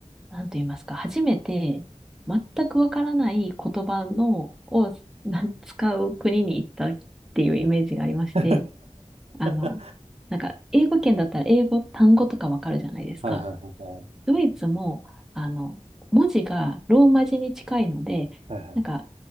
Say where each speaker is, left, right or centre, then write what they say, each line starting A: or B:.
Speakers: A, in the centre; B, on the right.
A: なんと言いますか、初めて全くわからない言葉の、をなん使う国に行ったっていうイメージがありまして、
B: <laughs>
A: あの、
B: は
A: なんか、英語圏だったら英語単語とかわかるじゃないですか。
B: いはいはいはい。
A: ドイツも、あの、文字がローマ字に近いので、
B: はいはい。
A: なんか、